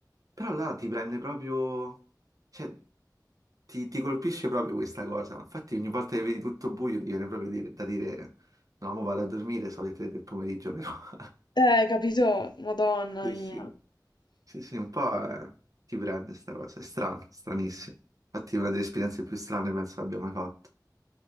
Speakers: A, on the right; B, on the left.
A: Però là ti prende proprio, cioè ti, ti colpisce proprio questa cosa. Infatti, ogni volta che vedi tutto buio, ti viene proprio dire- da dire: No, mo vado a dormire, sono le tre del pomeriggio, però. <laughs>
B: Eh, capito? Madonna
A: Sì,
B: mia.
A: sì, sì, sì, un po' eh, ti prende questa cosa. È strano, stranissimo. Infatti, è una delle esperienze più strane penso abbia mai fatto.